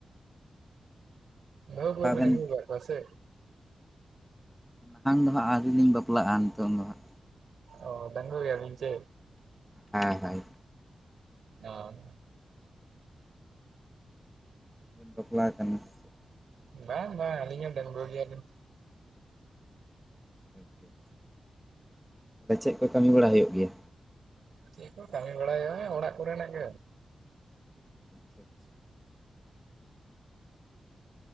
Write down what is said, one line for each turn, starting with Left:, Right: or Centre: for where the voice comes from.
Right: ᱵᱟᱦᱩ ᱠᱚ
Centre: ᱟᱵᱮᱱ
Right: ᱵᱟᱵᱮᱱ ᱟᱹᱜᱩ ᱠᱟᱫ ᱠᱚᱣᱟ ᱥᱮ
Centre: ᱵᱟᱝ ᱫᱚ ᱦᱟᱸᱜ ᱟᱹᱣᱨᱤᱞᱤᱧ ᱵᱟᱯᱞᱟᱜᱼᱟ ᱱᱤᱛᱚᱝ ᱫᱚ ᱦᱟᱸᱜ
Right: ᱚ ᱰᱟᱺᱜᱽᱣᱟᱹ ᱜᱮᱭᱟᱵᱤᱱ ᱪᱮ
Centre: ᱦᱮᱸ ᱦᱳᱭ
Right: ᱚ
Centre: ᱵᱟᱯᱞᱟ ᱟᱠᱟᱱᱟ ᱥᱮ
Right: ᱵᱟᱝ ᱵᱟᱝ ᱟᱹᱞᱤᱧ ᱦᱚᱸ ᱰᱟᱺᱜᱽᱣᱟᱹ ᱜᱮᱭᱟᱞᱤᱧ
Centre: ᱪᱮᱫ? ᱟᱪᱪᱷᱟ ᱟᱪᱪᱷᱟ ᱪᱮᱫ ᱠᱚ ᱠᱟᱹᱢᱤ ᱵᱟᱲᱟ ᱦᱩᱭᱩᱜ ᱜᱮᱭᱟ
Right: ᱪᱮᱫ ᱠᱚ ᱠᱟᱹᱢᱤ ᱵᱟᱲᱟᱭᱟ ᱚᱲᱟᱜ ᱠᱚᱨᱮᱱᱟᱜ ᱜᱮ
Centre: <unintelligible>